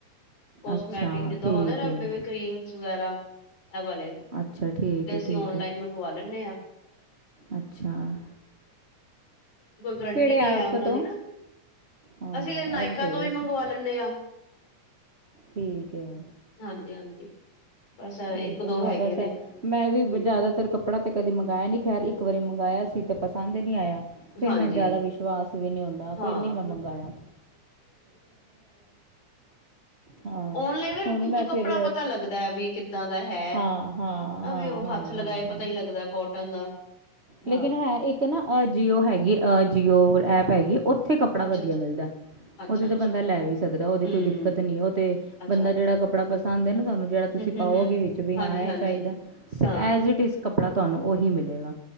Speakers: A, on the left; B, on the right.
A: ਕੋਸਮੈਟਿਕ
B: ਅੱਛਾ
A: ਜਿਦਾ
B: ਠੀਕ
A: ਹੁੰਦੇ
B: ਹੈ
A: ਕਰੀਮ ਵਗੈਰਾ ਇਹ ਵਾਲੇ।
B: ਅੱਛਾ ਠੀਕ ਹੈ। ਠੀਕ
A: ਤੇ ਆਨਲਾਈਨ
B: ਹੈ
A: ਮੰਗਵਾ ਲੈਦੇ ਆ
B: ਅੱਛਾ
A: ਗਰੰਟੀ
B: ਕਿਹੜੇ
A: ਨਹੀਂ
B: ਐਪ
A: ਹੈ ਉਹਨਾਂ
B: ਤੋਂ
A: ਦੀ ਨਾ
B: ਹਾਂ
A: ਅਸੀਂ ਕਦੇ ਨਾਇਕਾ
B: ਇਹ ਤਾਂ ਸਹੀ
A: ਤੋਂ
B: ਗੱਲ
A: ਵੀ ਮੰਗਵਾ
B: ਹੈ।
A: ਲ ਚ ਆ
B: ਠੀਕ ਹੈ।
A: ਹਾਂਜੀ ਹਾਂਜੀ ਅੱਛਾ
B: ਠੀਕ
A: ਇੱਕ
B: ਹੈ
A: ਦੋ
B: ਹਾਂ
A: ਹੈਗੇ
B: ਬਸ
A: ਨੇ
B: ਐ ਮੈਂ ਵੀ
A: ਹਮ
B: ਜਿਆਦਾਤਰ ਕੱਪੜਾ ਤੇ ਕਦੇ ਮੰਗਾਇਆ ਨਹੀਂ ਖੈਰ ਇੱਕ ਵਾਰੀ ਮੰਗਾਇਆ ਸੀ ਤੇ ਪਸੰਦ ਨਹੀਂ ਆਇਆ। ਤੇ
A: ਹਾਂਜੀ
B: ਮੈਂ ਜਿਆਦਾ ਵਿਸ਼ਵਾਸ ਵੀ ਨਹੀਂ ਆਉਂਦਾ
A: ਹਾਂ
B: ਫਿਰ ਨਹੀਂ ਮੈਂ ਮੰਗਾਇਆ। ਹਾਂ
A: ਆਨਲਾਈਨ
B: ਹੁਣ ਮੈਂ
A: ਤੂੰ ਕੱਪੜਾ
B: ਫਿਰ
A: ਪਤਾ ਲੱਗਦਾ। ਵੀ ਕਿੱਦਾਂ ਦਾ ਹੈ
B: ਹਾਂ ਹਾਂ ਹਾਂ ਹਾਂ
A: ਵੀ ਉਹ
B: ਹਾਂ
A: ਹੱਥ ਲਗਾਏ
B: ਹਾਂ
A: ਪਤਾ
B: ਹਾਂ
A: ਹੀ ਲੱਗਦਾ ਕੋਟਨ ਦਾ ਹਾਂ
B: ਲੇਕਿਨ ਹੈ ਇੱਕ ਨਾ ਅਜੀਓ ਹੈਗੀਓ ਐਪ ਹੈਗੀ। ਉੱਥੇ ਕੱਪੜਾ
A: ਅੱਛਾ
B: ਵਧੀਆ
A: ਅੱਛਾ
B: ਮਿਲਦਾ।
A: ਅੱਛਾ
B: ਉਥੇ
A: ਅੱਛਾ
B: ਤੇ ਬੰਦਾ ਲੈ ਵੀ ਸਕਦਾ ਉਹਦੇ
A: ਹਮ
B: ਕੋਈ ਦਿੱਕਤ ਨਹੀਂ ਉਹ ਤੇ
A: ਅੱਛਾ
B: ਬੰਦਾ ਜਿਹੜਾ ਕੱਪੜਾ ਤਾਂਦੇ ਨੇ ਤੁਹਾਨੂੰ ਜਿਹੜਾ
A: ਹਮ
B: ਤੁਸੀਂ
A: ਹਮ
B: ਪਾਓਗੇ
A: ਹਮ
B: ਵਿੱਚ ਵੀ
A: ਹਾਂਜੀ
B: ਹਾਂ
A: ਹਾਂਜੀ
B: ਚਾਹੀਦਾ ਤੇ
A: ਹਾਂ
B: ਐਜ ਇਟ ਕੱਪੜਾ ਤੁਹਾਨੂੰ ਉਹੀ ਮਿਲੇਗਾ।